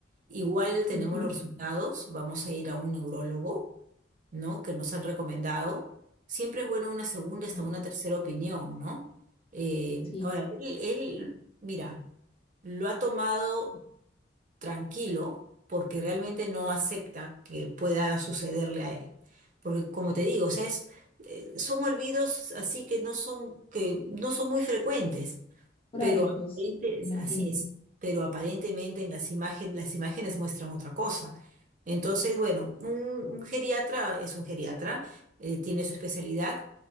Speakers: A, on the right; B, on the left.
A: Igual tenemos
B: Ujú,
A: los resultados, vamos a ir a un neurólogo, ¿no? Que nos han recomendado. Siempre es bueno una segunda hasta
B: claro.
A: una tercera opinión, ¿no? Eh,
B: Sí,
A: ahora, él, él, mira, lo ha tomado tranquilo porque realmente no acepta que pueda sucederle a él. Porque como te digo, o sea, es- eh, son olvidos así que no son, que no son muy frecuentes
B: esporádicos,
A: pero aparente- es-
B: imagino.
A: así es, pero aparentemente en las imágenes, las imágenes muestran otra cosa. Entonces, bueno, un, un geriatra es un geriatra, eh, tiene su especialidad,